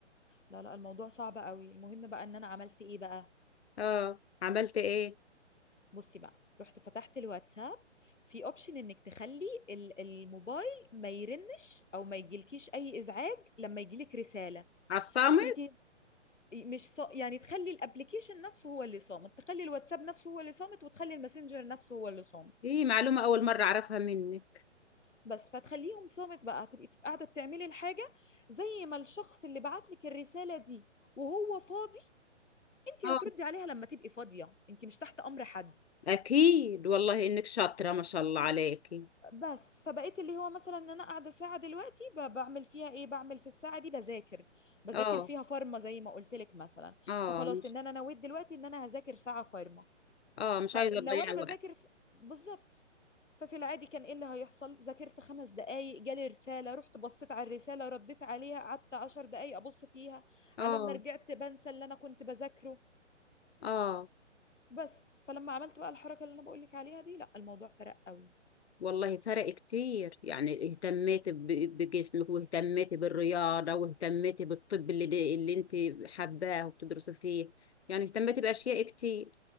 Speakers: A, on the left (about 80°); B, on the left (about 60°).
A: لا لا الموضوع صعب قوي المهم بقى ان انا عملت ايه بقى
B: اه عملت ايه
A: بصي بقى رحت فتحت الواتساب في اوبشن انك تخلي ال- الموبايل ما يرنش او ما يجيلكيش اي ازعاج لما يجيلك رسالة
B: على الصامت
A: فانت مش صا... يعني تخلي الابليكيشن نفسه هو اللي صامت تخلي الواتساب نفسه هو اللي صامت وتخلي الماسنجر نفسه هو اللي صامت
B: دي معلومة اول مرة اعرفها منك
A: بس فتخليهم صامت بقى تبقي تبقي قاعدة بتعملي الحاجة زي ما الشخص اللي بعت لك الرسالة دي وهو فاضي انت
B: اه
A: هتردي عليها لما تبقي فاضيه انت مش تحت امر حد
B: اكيد والله انك شاطرة ما شاء الله عليكي
A: بس فبقيت اللي هو مثلا ان انا قاعده ساعه دلوقتي ب- بعمل فيها ايه بعمل في الساعه دي بذاكر بذاكر
B: اه
A: فيها فارما زي ما قلت لك مثلا
B: اه
A: فخلاص
B: مش-
A: ان انا نويت دلوقتي ان انا هذاكر ساعه فارما
B: اه مش
A: فلو
B: عايزة تضيعي
A: انا بذاكر
B: وقت
A: س- بالظبط ففي العادي كان ايه اللي هيحصل ذاكرت خمس دقايق جالي رساله رحت بصيت على الرساله رديت عليها قعدت عشر دقايق ابص فيها
B: اه
A: على لما رجعت بنسى اللي انا كنت بذاكره
B: اه
A: بس فلما عملت بقى الحركه اللي انا بقول لك عليها دي لا الموضوع فرق قوي
B: والله فرق كتير يعني اهتميتي ب- بجسمك واهتميتي بالرياضة واهتميتي بالطب اللي اللي انت حباه وبتدرسي فيه يعني اهتميت بأشياء كتير